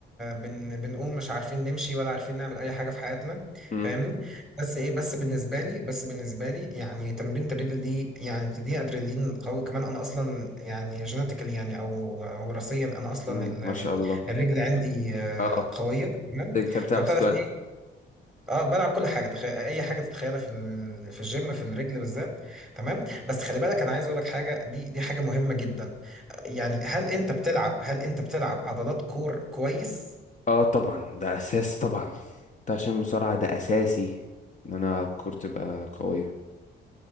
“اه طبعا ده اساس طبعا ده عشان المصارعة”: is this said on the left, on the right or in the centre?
Left